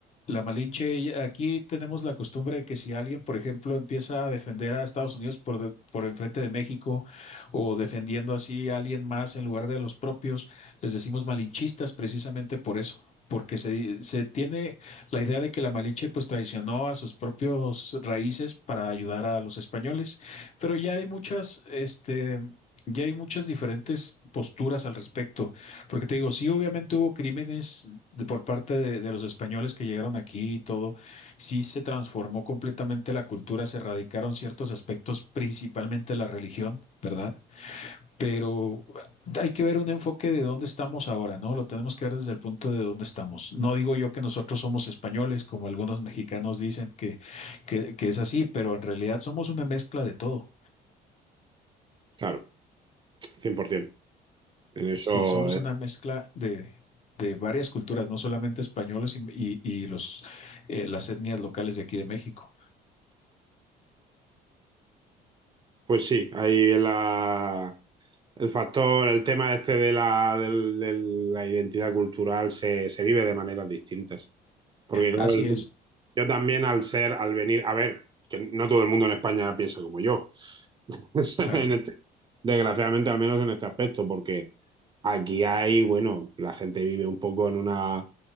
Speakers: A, on the left (about 40°); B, on the right (about 25°).
A: La Malinche, ella- aquí tenemos la costumbre de que si alguien, por ejemplo, empieza a defender a Estados Unidos por, de- por enfrente de México o defendiendo así a alguien más en lugar de a los propios, les decimos malinchistas precisamente por eso, porque se, se tiene la idea de que la Malinche pues traicionó a sus propios raíces para ayudar a los españoles, pero ya hay muchas, este... Ya hay muchas diferentes posturas al respecto. Porque te digo, sí, obviamente hubo crímenes de- por parte de, de los españoles que llegaron aquí y todo. Sí se transformó completamente la cultura, se erradicaron ciertos aspectos, principalmente la religión, ¿verdad? Pero hay que ver un enfoque de dónde estamos ahora, ¿no? Lo tenemos que ver desde el punto de dónde estamos. No digo yo que nosotros somos españoles, como algunos mexicanos dicen que, que, que es así, pero en realidad somos una mezcla de todo.
B: Claro, 100%. En eso,
A: Sí, somos
B: eh.
A: una mezcla de, de varias culturas, no solamente españoles y, y- y los, eh, las etnias locales de aquí de México.
B: Pues sí, ahí la, el factor, el tema este de la, del- del- la identidad cultural se, se vive de maneras distintas. Porque claro,
A: Así
B: el-
A: es,
B: yo también al ser, al venir, a ver, que no todo el mundo en España piensa como yo. <laughs>
A: claro.
B: En este- desgraciadamente, al menos en este aspecto, porque Aquí hay, bueno, la gente vive un poco en una